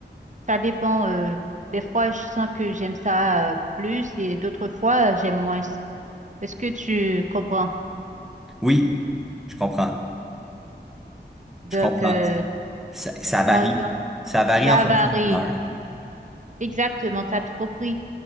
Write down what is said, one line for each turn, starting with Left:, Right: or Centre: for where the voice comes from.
Right: ça dépend. euh, des fois, je sens que j'aime ça euh, plus et d'autres fois, euh, j'aime moins. Est-ce que tu comprends?
Centre: Oui, je comprends.
Right: Donc,
Centre: Je comprends.
Right: euh,
Centre: Ça, ça varie.
Right: par exemple,
Centre: Ça varie
Right: ça
Centre: en fonction
Right: varie.
Centre: de l'heure.
Right: Exactement, t'as tout compris.